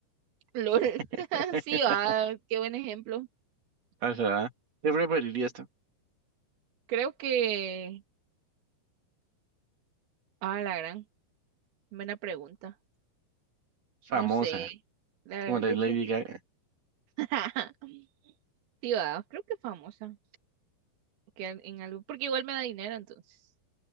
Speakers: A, on the right (about 75°); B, on the right (about 45°).
A: LOL. <laughs>
B: <laughs>
A: Sí, ah, qué buen ejemplo.
B: Ajá. ¿Qué preferirías tú? <laughs>
A: Creo que... Ah, la gran. Buena pregunta.
B: Famosa,
A: No sé. La
B: como
A: verdad
B: la
A: es de
B: Lady
A: que...
B: Gaga.
A: <laughs> Sí, va. Creo que famosa. Que al- en algo... Porque igual me da dinero, entonces.